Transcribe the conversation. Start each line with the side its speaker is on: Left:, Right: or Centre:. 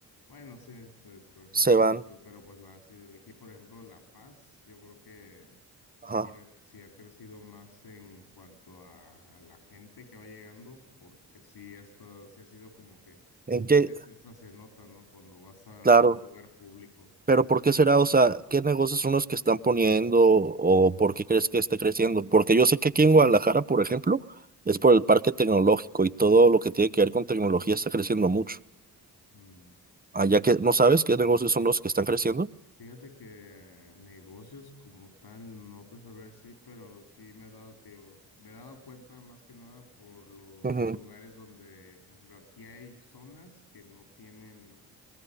Left: Bueno, sí, pues por ejemplo,
Right: Se van.
Left: pero pues, pero pues la sí, de aquí, por ejemplo, La Paz, yo creo que
Right: Ajá.
Left: sí ha, sí ha crecido más en cuanto a, a la gente que va llegando, porque sí, hasta, sí ha sido como que, o
Right: ¿En
Left: sea,
Right: qué,
Left: se, se, esa se nota, ¿no? Cuando vas a
Right: Claro,
Left: algún lugar público.
Right: pero ¿por qué será? O sea, ¿qué negocios son los que están poniendo o por qué crees que esté creciendo? Porque yo sé que aquí en Guadalajara, por ejemplo, es por el parque tecnológico y todo lo que tiene que ver con tecnología está creciendo mucho.
Left: Mm.
Right: Allá que no sabes qué negocios
Left: <laughs>
Right: son los que están creciendo.
Left: Fíjate que negocios como tal no te sabré decir, pero sí me he dado, te digo, me he dado cuenta más que nada por los
Right: Ujú,
Left: lugares donde, por ejemplo, aquí hay zonas que no tienen